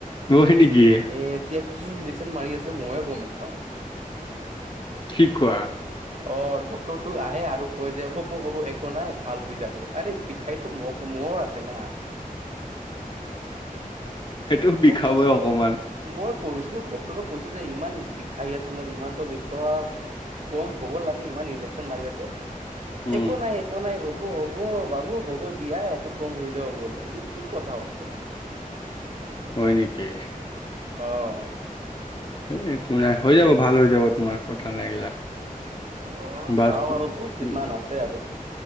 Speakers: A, on the left (about 35°); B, on the right (about 55°).
A: উৰহি নেকি
B: এ এতিয়া কি ইন্জেকশ্যন মাৰি আছে মইয়ে গম নাপাওঁ।
A: কি খোৱা
B: অ', ডক্টৰ টো আহে আৰু কয় যে হ'ব হ'ব একো নাই ভাল হৈ যাব আৰে বিষাইতো মোক মোৰ আছে না
A: সেইটো বিষাবই
B: মোক
A: অকমান
B: মই কৈছো ডক্টৰক কৈছো যে ইমান বিষাই আছে মোৰ ইমানতো বিষ কম হ'ব লাগে ইমান ইনজেকচন মাৰি আছে
A: উম,
B: একো নাই একো নাই হ'ব হব বাবু হ'ব দিয়া এইটো কম হৈ যাব বলে ই কি কথা হ'ল
A: হয় নেকি
B: অ',
A: এই কো নাই হৈ যাব ভাল হৈ যাব তোমাৰ কথা নাই এইগিলা
B: ৰ
A: বাচ
B: চাও আৰু দছ দিনমান
A: উম,
B: আছে আৰু